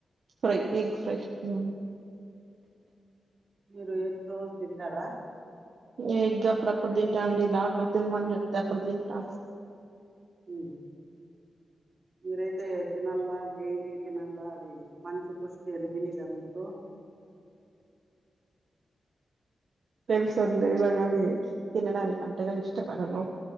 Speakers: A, on the right (about 65°); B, on the right (about 45°).
A: ఫ్రై ఎగ్ ఫ్రై హు
B: మీరు ఎగ్ రోజ్ తింటారా
A: ఎగ్ అప్పుడప్పుడు తింటామండి డాక్టర్ తినమని చెప్తే అప్పుడు తింటాం
B: ఉ మీరైతే తినల్ల డైలీ తినల్ల అది మంచి పుష్టి అని తెలీద మీకు
A: తెలిసింది ఇలాగని తినడానికి అంతగా ఇష్టపడను.